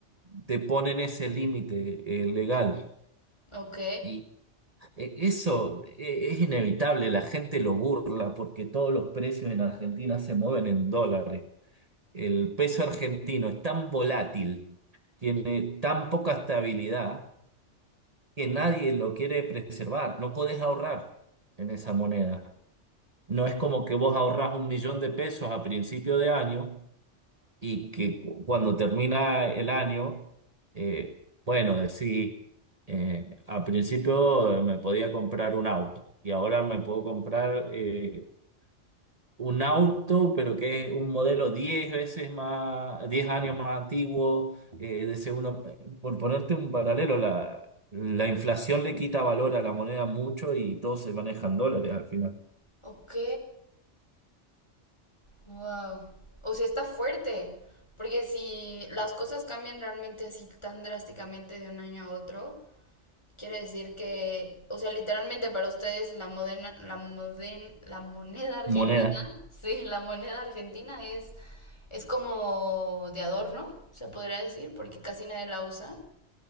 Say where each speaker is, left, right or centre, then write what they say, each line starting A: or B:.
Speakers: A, on the right; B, on the left.
A: te ponen ese límite eh, legal.
B: ok,
A: Y eh, eso eh, es inevitable, la gente lo burla porque todos los precios en Argentina se mueven en dólares. El peso argentino es tan volátil, tiene tan poca estabilidad que nadie lo quiere preservar. No podés ahorrar en esa moneda. No es como que vos ahorrás un millón de pesos a principio de año y que cu- cuando termina el año, eh, bueno, decís, eh, a principio eh, me podía comprar un auto y ahora me puedo comprar eh, un auto, pero que es un modelo 10 veces más, 10 años más antiguo, eh, de segundo, por ponerte un paralelo, la, la inflación le quita valor a la moneda mucho y todos se manejan dólares al final.
B: ok, wow. O sea, está fuerte, porque si las cosas cambian realmente así tan drásticamente de un año a otro, Quiere decir que, o sea, literalmente para ustedes la modena- la moden- la moneda argentina,
A: Moneda.
B: <laughs> sí, la moneda argentina es, es como de adorno, se podría decir, porque casi nadie la usa.